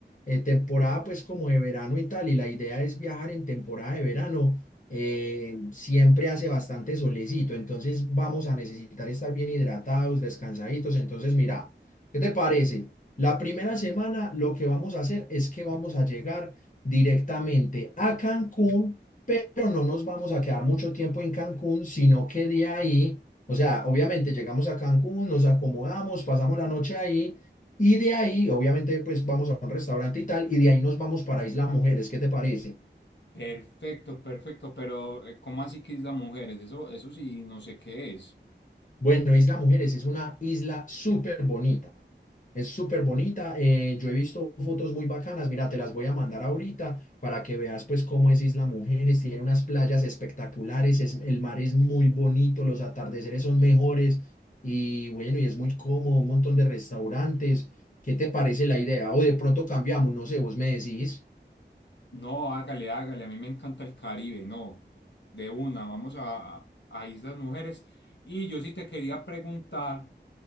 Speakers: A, on the left; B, on the left.
A: eh, temporada, pues como de verano y tal, y la idea es viajar en temporada de verano, eh, siempre hace bastante solecito, entonces vamos a necesitar estar bien hidratados, descansaditos. Entonces, mira, ¿qué te parece? La primera semana lo que vamos a hacer es que vamos a llegar directamente a Cancún pero no nos vamos a quedar mucho tiempo en Cancún, sino que de ahí, o sea, obviamente llegamos a Cancún, nos acomodamos, pasamos la noche ahí y de ahí, obviamente, pues vamos a un restaurante y tal, y de ahí nos vamos para Isla Mujeres, ¿qué te parece?
B: Perfecto, perfecto, pero eh, ¿cómo así que Isla Mujeres? Eso, eso sí, no sé qué es.
A: Bueno, Isla Mujeres es una isla súper bonita. Es súper bonita. eh, yo he visto fotos muy bacanas. Mira, te las voy a mandar ahorita para que veas pues cómo es Isla Mujeres. Tiene unas playas espectaculares. Es, el mar es muy bonito. Los atardeceres son mejores. Y bueno, y es muy cómodo. Un montón de restaurantes. ¿Qué te parece la idea? O de pronto cambiamos. No sé, vos me decís.
B: No, hágale, hágale, a mí me encanta el Caribe, no. De una, vamos a, a Islas Mujeres. Y yo sí te quería preguntar.